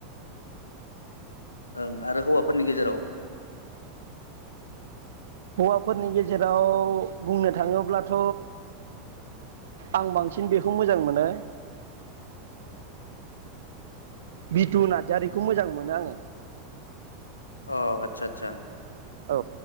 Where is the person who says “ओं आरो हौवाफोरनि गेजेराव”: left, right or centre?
Left